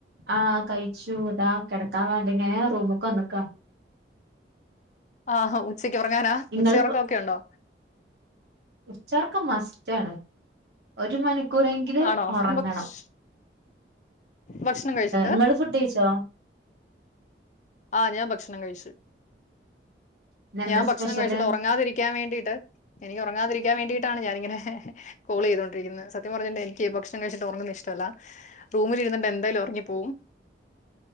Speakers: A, on the right; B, on the left.
A: ആ കഴിച്ചു ഇതാ കെടക്കാൻ വേണ്ടിങ്ങനെ റൂമ് വന്ന്ക്കാ
B: ആഹാ ഉച്ചക്ക് ഉറങ്ങാനാ
A: ഇങ്ങൾക്ക്
B: ഉച്ചയൊറക്കൊക്കെ ഉണ്ടോ
A: ഉച്ചയൊർക്കം മസ്റ്റാണ് ഒരു മണി മണ്ടികൂറെങ്കിലും
B: ആണോ?
A: ഒറങ്ങണം
B: ഭക്ഷ് ഭക്ഷണം കഴിച്ചിട്ട്?
A: നിങ്ങൾ ഫുഡ് കയിച്ചോ
B: ആ ഞാൻ ഭക്ഷണം കഴിച്ച്
A: ഇന്നെന്താ
B: ഞാൻ ഭക്ഷണം
A: സ്പെഷ്യല്
B: കഴിച്ചിട്ട് ഉറങ്ങാതിരിക്കാൻ വേണ്ടിട്ട് എനിക്ക് ഉറങ്ങാതിരിക്കാൻ വേണ്ടിയിട്ടാണ് ഞാനിങ്ങനെ കോൾ ചെയ്തുകൊണ്ടിരിക്കുന്നെ സത്യം പറഞ്ഞ എനിക്ക് ഭക്ഷണം കഴിച്ചിട്ട് ഉറങ്ങുന്നെ ഇഷ്ടമല്ല റൂമിലിരുന്ന്ണ്ടെ എന്തായാലും ഒറങ്ങിപ്പോവും